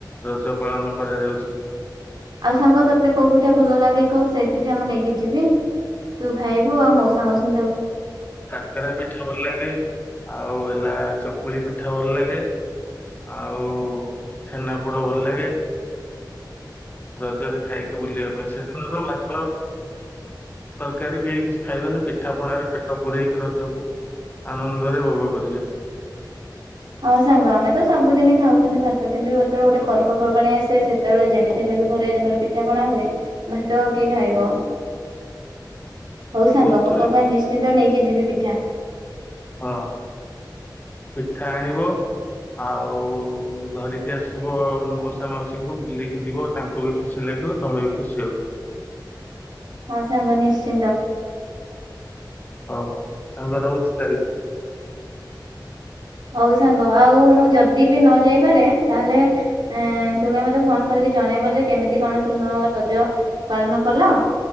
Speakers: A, on the left; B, on the right.
A: ରଜ ପାଳନ କରାଯାଉଚି।
B: ଆଉ ସାଙ୍ଗ ତତେ କଉ ପିଠା ଭଲ ଲାଗେ କହ ସେଇ ପିଠା ମୁଁ ନେଇକି ଯିବି। ତୁ ଖାଇବୁ ଆଉ ମଉସା ମାଉସୀଙ୍କୁ ଦବୁ।
A: କାକେରା ପିଠା ଭଲ ଲାଗେ ଆଉ ହେଲା ଚକୁଳି ପିଠା ଭଲ ଲାଗେ। ଆଉ ଛେନାପୋଡ ଭଲ ଲାଗେ। ରଜରେ ଖାଇକି ବୁଲିବା ପାଇଁ <unintelligible> ତରକାରୀ କେହି କିଛି ଖାଇବେନି ପିଠା ପଣାରେ ପେଟ ପୁରେଇକି ରଜକୁ ଆନନ୍ଦରେ ଭୋଗ କରିବେ।
B: ହଁ ସାଙ୍ଗ ଆମେ ତ ସବୁଦିନି ଖାଉଚନ୍ତି ଭାତ କିନ୍ତୁ ଯେତେବେଳେ ଗୋଟେ
A: ମସ୍ତ।
B: ପର୍ବପର୍ବାଣି ଆସେ ସେ ସେତେବେଳେ ଯେମିତି ହେଲେ ବି ଘରେ ଯେତେବେଳେ ପିଠା ପଣା ହୁଏ ଭାତ ଆଉ କିଏ ଖାଇବ। ହଉ ସାଙ୍ଗ
A: ବହୁତ
B: ମୁଁ ତ ପାଇଁ ନିଶ୍ଚିନ୍ତ ନେଇକି ଯିବି ପିଠା।
A: ହଁ ପିଠା ଆଣିବ ଆଉ ଧରିକି ଆସିବ ମାଉସା ମାଉସୀଙ୍କୁ ବୁଲିକି ଯିବ ତାଙ୍କ୍ ତାଙ୍କୁ ବି ଖୁସି ଲାଗିବ ତମେ ବି ଖୁସି ହବ।
B: ହଁ ସାଙ୍ଗ ନିଶ୍ଚିନ୍ତ।
A: ହଉ ସାଙ୍ଗ ରହୁଚି ତାହେଲେ।
B: ହଉ ସାଙ୍ଗ ଆଉ ମୁଁ ଯଦି ବି ନ ଯାଇପାରେ ତାହେଲେ ଏଁ ତୁମେ ମତେ ଫୋନ୍ କରିକି ଜଣେଇବ ଯେ କେମିତି କଣ ତୁମ ରଜ ପାଳନ କଲ।